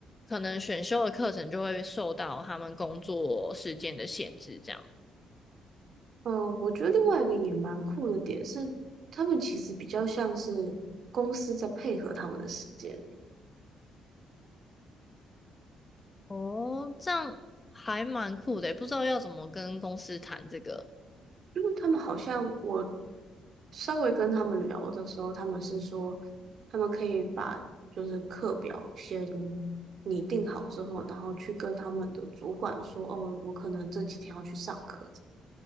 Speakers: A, on the left; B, on the right.
A: 可能选修的课程就会受到他们工作时间的限制，这样。
B: 嗯，我觉得另外一个也蛮酷的点是，他们其实比较像是公司在配合他们的时间欸，
A: 哦，这样还蛮酷的欸，不知道要怎么跟公司谈这个。
B: 因为他们好像我稍微跟他们聊的时候，他们是说他们可以把就是课表先拟定好之后，然后去跟他们的主管说，哦，我可能这几天要去上课。